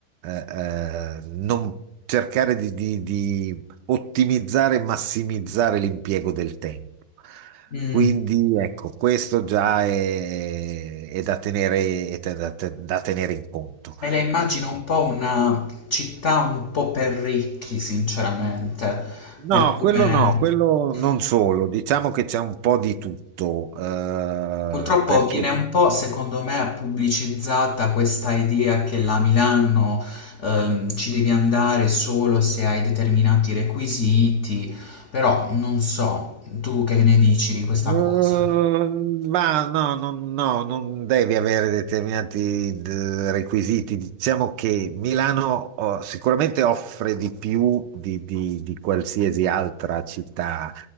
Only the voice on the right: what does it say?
eh, eh, non cercare di, di- di ottimizzare e massimizzare l'impiego del tempo.
Quindi ecco, questo già è, è da tenere, è da da tenere in conto.
No,
quello no, quello non
solo, diciamo che c'è un po' di tutto, eh,
perché
Mm,
ma no, no, no, non devi avere determinati d- requisiti. Diciamo che Milano oh, sicuramente offre di più di, di- di qualsiasi altra città